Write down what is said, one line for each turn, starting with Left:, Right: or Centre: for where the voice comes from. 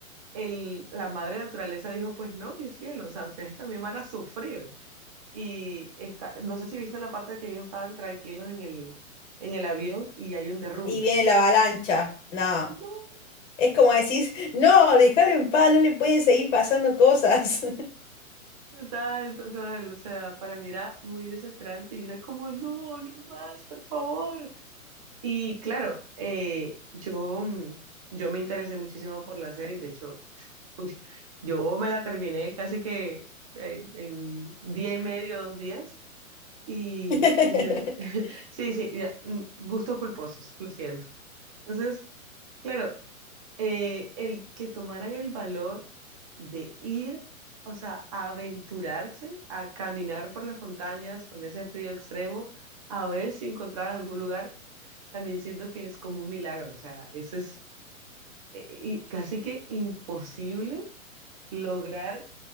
Right: el, la madre naturaleza dijo, pues no, mi cielo, o sea, ustedes también van a sufrir. y está, no sé si viste la parte que ellos estaban tranquilos en el, en el avión y hay un derrumbe.
Left: Y viene la avalancha. No,
Right: No.
Left: es como decís, <laughs> no, déjalo en paz, no le pueden seguir pasando cosas.
Right: Total, total, o sea, para mí era muy desesperante y era como, no, no más, por favor. Y claro, eh, yo, mm, yo me interesé muchísimo por la serie, de hecho, uy, yo me la terminé casi que eh, en día y medio, dos días, y,
Left: <laughs>
Right: y yo, <laughs> sí, sí, ya, mm, gustos culposos, lo siento. Entonces, claro. eh, el que tomaran el valor de ir, o sea, a aventurarse a caminar por las montañas con ese frío extremo, a ver si encontraban algún lugar, también siento que es como un milagro, o sea, eso es eh, y casi que imposible lograr